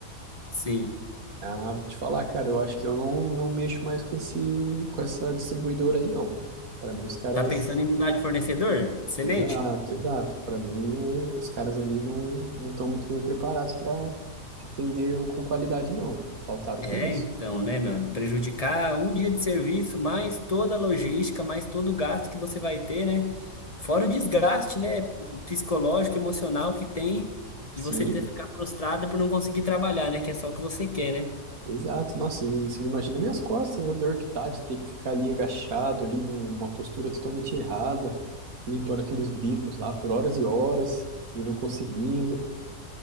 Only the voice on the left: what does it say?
sim.
Tá pensando em mudar de fornecedor de semente?
É,
então, né, mano? Prejudicar um dia de serviço, mais toda a logística, mais todo o gasto que você vai ter, né? Fora o desgaste, né, psicológico, emocional que tem de
você ter que ficar frustrada por não conseguir trabalhar, né? Que é só o que você quer, né?